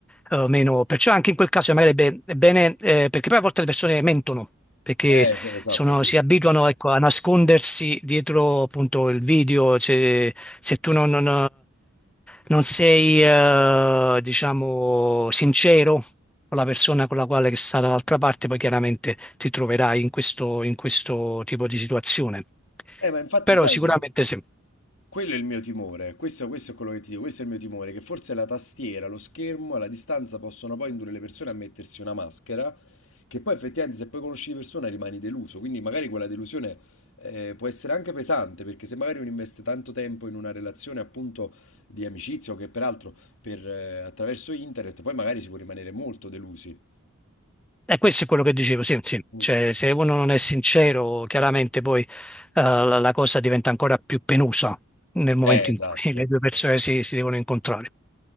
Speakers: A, in the centre; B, on the left (about 65°).
A: eh, meno. Perciò anche in quel caso magari è be- è bene, eh, perché poi a volte le persone mentono perché
B: Eh, sì, esatto,
A: sono-
B: sì.
A: si abituano, ecco, a nascondersi dietro appunto il video, cioè, se tu non, non, non sei, eh, diciamo, sincero con la persona con la quale che sta dall'altra parte, poi chiaramente ti troverai in questo, in questo tipo di situazione.
B: Eh, ma infatti
A: Però
B: sai
A: sicuramente
B: che...
A: sì.
B: Quello è il mio timore, questo, questo è quello che ti dico, questo è il mio timore, che forse la tastiera, lo schermo, alla distanza possono poi indurre le persone a mettersi una maschera, che poi effettivamente se poi conosci di persona rimani deluso, quindi magari quella delusione eh, può essere anche pesante, perché se magari uno investe tanto tempo in una relazione appunto di amicizia o che peraltro per, eh, attraverso internet, poi magari si può rimanere molto delusi.
A: E questo è quello che dicevo, sì, sì.
B: Mm.
A: Cioè, se uno non è sincero, chiaramente poi eh, la la cosa diventa ancora più penosa nel momento
B: Eh, esatto.
A: in cui le due persone si, si devono incontrare.